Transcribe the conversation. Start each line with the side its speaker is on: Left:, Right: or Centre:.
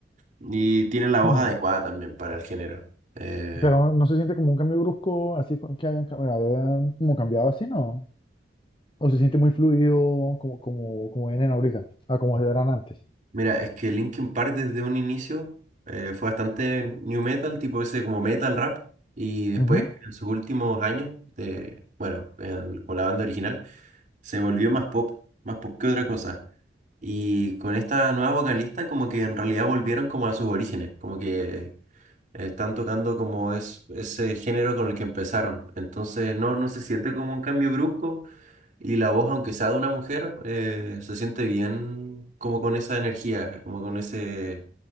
Right: y tiene la voz
Left: Mm.
Right: adecuada también para el género. Eh,
Left: Pero no se siente como un cambio brusco, así con- que hayan, cam- hayan como cambiado así, ¿no? O se siente muy fluido como, como, como vienen ahorita, a como eran antes.
Right: Mira, es que Linkin Park desde un inicio eh, fue bastante new metal, tipo ese como metal rap, y después
Left: Ujú.
Right: en sus últimos años, de, bueno, el- con la banda original, se volvió más pop, más pop que otra cosa. Y con esta nueva vocalista como que en realidad volvieron como a sus orígenes, como que están tocando como es, ese género con el que empezaron. Entonces no, no se siente como un cambio brusco, y la voz, aunque sea de una mujer, eh, se siente bien como con esa energía, como con ese,